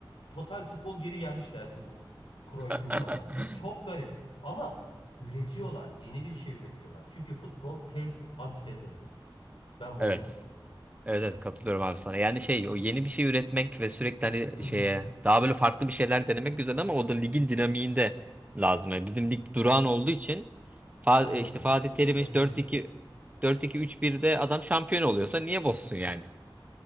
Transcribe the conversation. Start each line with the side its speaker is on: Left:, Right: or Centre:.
Left: total futbol geri gelmiş dersin bu Cruyff'un
Right: <laughs>
Left: zamanına. Çok garip ama üretiyorlar. Yeni bir şey üretiyorlar. Çünkü futbol tez antitez oyunudur. Ben buna
Right: Evet.
Left: inanırım.
Right: Evet evet katılıyorum abi sana. Yani şey o yeni bir şey üretmek ve sürekli hani
Left: Hı
Right: şeye
Left: hı.
Right: daha böyle farklı bir şeyler denemek güzel ama o da ligin dinamiğinde lazım. Yani bizim lig durağan olduğu için Fa
Left: Aynen
Right: e, işte
Left: öyle.
Right: Fatih
Left: Ligin
Right: Terim
Left: kalitesi
Right: işte 4-2
Left: belli.
Right: 4-2-3-1'de adam şampiyon oluyorsa niye bozsun yani?